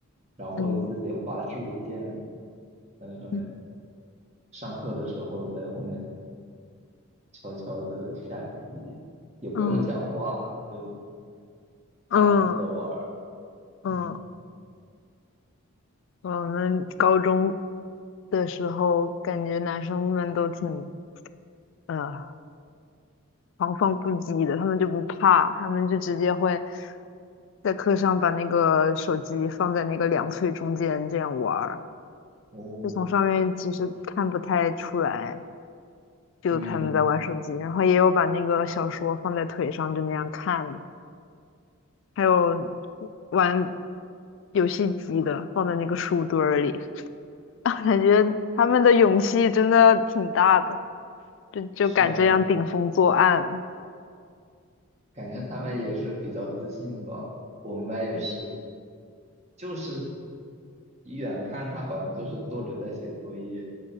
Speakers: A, on the right (about 30°); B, on the left (about 60°).
A: 然后自己画竖线
B: 嗯
A: 在上面。
B: 嗯
A: 上课的时候在后面悄悄的下棋，也不用讲话，
B: 嗯
A: 就
B: 嗯
A: 安静的玩儿。
B: 嗯，
A: 嗯
B: 我们高中的时候，感觉男生们都挺呃狂放不羁的，他们就不怕，他们就直接会在课上把那个手机放在那个两腿中间这样玩儿，
A: 哦，
B: 就从上面其实看不太出来，就他们在玩手机，
A: 嗯，
B: 然后也有把那个小说放在腿上就那样看的还有玩游戏机的放在那个书堆儿里，<laughs> 啊感觉他们的勇气真的挺大的，就就敢这样顶风作案，
A: 是啊。感觉他们也是比较自信吧。我们班也是，
B: 对，
A: 就是一眼看他好像就是坐着在写作业，